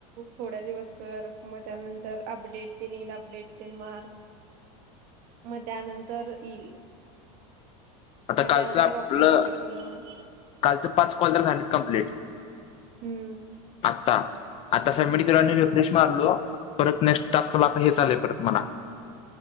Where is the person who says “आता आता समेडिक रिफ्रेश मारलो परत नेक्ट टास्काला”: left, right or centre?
Left